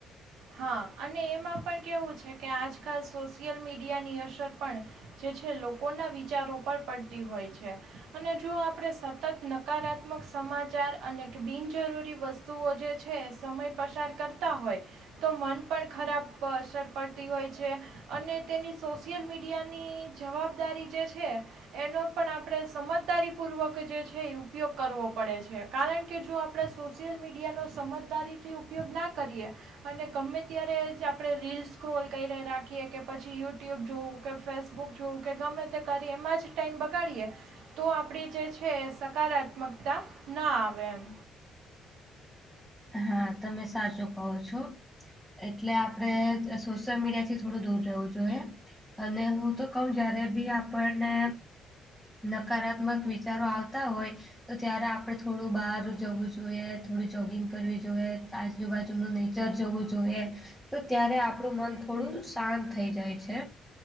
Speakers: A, on the right (about 80°); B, in the centre.
A: હા અને એમાં પણ કહેવું છે કે આજકાલ સોશિયલ મીડિયાની અસર પણ જે છે એ લોકોના વિચારો પર પડતી હોય છે. અને જો આપણે સતત નકારાત્મક સમાચાર અનેક બિનજરૂરી વસ્ તુઓ જે છે એ સમય પસાર કરતા હોય. તો મન પણ ખરાબ અસર પડતી હોય છે. અને તેની સોશિયલ મીડિયાની જવાબદારી જે છે. એનો પણ આપણે સમજદારીપૂર્વક જે છે એ ઉપયોગ કરવો પડે છે કારણ કે જો આપણે સોશિયલ મીડિયાનો સમજદારીથી ઉપયોગ ના કરીએ અને ગમે ત્યારે જ આપણે રીલ્સ સ્ક્રોલ કરીને રાખીએ કે પછી યુટ્યુબ જોવું કે ફેસબુ બુક જોવું કે ગમે તે કરી એમાં જ ટાઈમ બગાડીએ તો આપણી જે છે સકારાત્મકતા ન આવે એમ
B: હા તમે સાચું કહો છો એટલે આપડે સોશિયલ મીડિયાથી થોડું દૂર રહેવું જોઈએ અને હું તો કહું જયારે બી આપણને નકારાત્મક વિચારો આવતા હોય તો ત્યારે આપડે થોડું બહાર જવું જોઈએ થોડું જ કિંગ કરવી જોઈએ આજુબાજુનું નેચર જોવું જોઈએ તો ત્યારે આપણું મન થોડું શાંત થઈ જાય છે